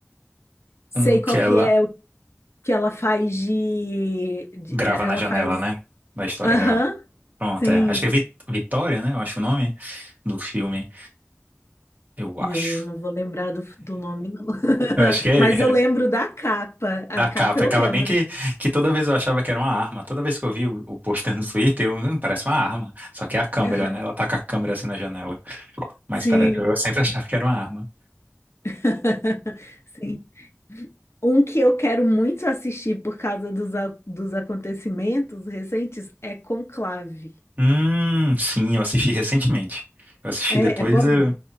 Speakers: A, on the left; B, on the right.
A: Sei
B: Um
A: qual
B: que ela
A: que é o que ela faz de... de-
B: grava
A: é, ela
B: na janela,
A: faz...
B: né? Da história
A: Aham,
B: real. Pronto,
A: sim.
B: é. Acho que é Vi- Vitória, né? Eu acho o nome do filme. Eu
A: E
B: acho.
A: aí eu não vou lembrar do, do nome, não. <laughs>
B: Eu acho que é,
A: Mas eu
B: é
A: lembro da capa. A
B: da
A: capa
B: capa.
A: eu
B: Aquela
A: lembro.
B: bem que, que toda vez eu achava que era uma arma. Toda vez que eu vi o, o pôster no Twitter, eu, "Hum, parece uma arma. Só que é a câmera,
A: Aham,
B: né? Ela tá com a câmera assim na janela. Mas
A: sim.
B: pera, eu sempre <laughs> achava que era uma arma.
A: <laughs> Sim. Um que eu quero muito assistir por causa dos, a- dos acontecimentos recentes é Conclave.
B: Hum, sim, eu assisti recentemente. Eu assisti
A: É,
B: depois.
A: é bom.
B: eu